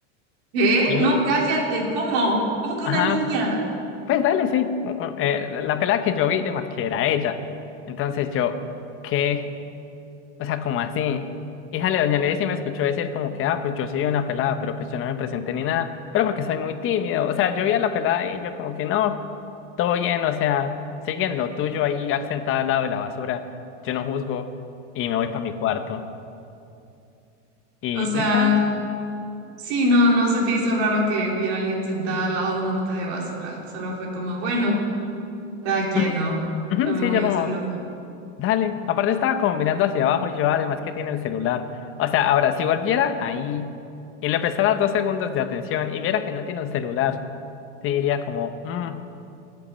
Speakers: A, on the right; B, on the left.
A: ¿Qué?
B: Y,
A: No, cállate, ¿cómo? ¿Cómo que
B: ajá,
A: una niña?
B: Pues dale, sí. u- u- eh, la pelada que yo vi, demás que era ella. Entonces yo, ¿qué? O sea, como así? Híjale, doña Lady sí me escuchó decir como que, ah, pues yo sí vi una pelada, pero pues yo no me presenté ni nada, pero porque soy muy tímido. O sea, yo vi a la pelada y yo como que no, todo bien, o sea, siguen lo tuyo ahí sentada al lado de la basura, yo no juzgo y me voy para mi cuarto. Y,
A: O sea,
B: y ya.
A: sí, no, no se te hizo raro que hubiera alguien sentada al lado de un bote de basura. Solo fue como, bueno, cada quien,
B: Ujú,
A: ¿no?
B: ujú,
A: Yo me
B: sí,
A: voy
B: yo
A: a
B: como...
A: hacerlo.
B: Dale, aparte estaba como mirando hacia abajo y yo además que tiene el celular. O sea, ahora, si volviera ahí y le prestara dos segundos de atención y viera que no tiene un celular, te diría como, "Mm,